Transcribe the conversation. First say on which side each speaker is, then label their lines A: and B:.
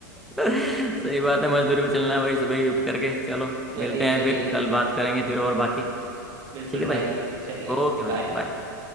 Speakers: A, in the centre; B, on the right.
A: सही बात है मजदूरी पे चलना है भाई सुबह ही उठ करके चलो
B: चलिए
A: मिलते हैं
B: चलिए
A: फिर कल बात करेंगे फिर और बाकी
B: बिल्कुल
A: ठीक है
B: भाई
A: भाई
B: चलिए
A: ओके भाई
B: बाय
A: बाय